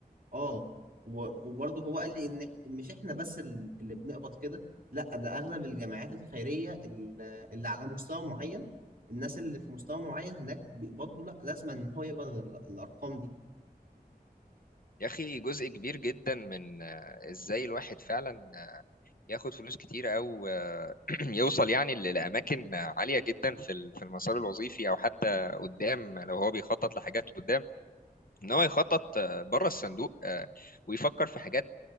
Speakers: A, on the right; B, on the left.
A: اه و- وبرضو هو قال لي ان إح- مش احنا بس ال- اللي بنقبض كده لا ده اغلب الجمعيات الخيريه ال- اللي على مستوى معين الناس اللي في مستوى معين هناك بيقبضوا لا لازم ان هو يقبض ال- الارقام دي
B: يا اخي جزء كبير جدا من آه، ازاي الواحد فعلا ياخد فلوس كتير او <clears throat> يوصل يعني ل- لأماكن عالية جدا في ال- في المسار الوظيفي أو حتى قدام لو هو بيخطط لحاجات قدام ان هو يخطط آه، بره الصندوق آه، ويفكر في حاجات